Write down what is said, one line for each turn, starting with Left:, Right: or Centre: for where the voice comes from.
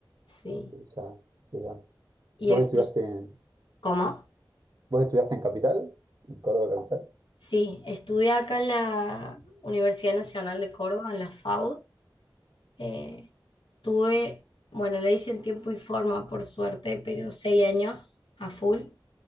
Left: Sí.
Right: que ya te dan.
Left: ¿Y
Right: ¿Vos
Left: el
Right: estudiaste
Left: curso?
Right: en,
Left: ¿Cómo?
Right: vos estudiaste en Capital? ¿En Córdoba Capital?
Left: Sí, estudié acá en la Universidad Nacional de Córdoba, en la FAUD. Eh, tuve, bueno, le hice en tiempo y forma, por suerte, pero seis años a full,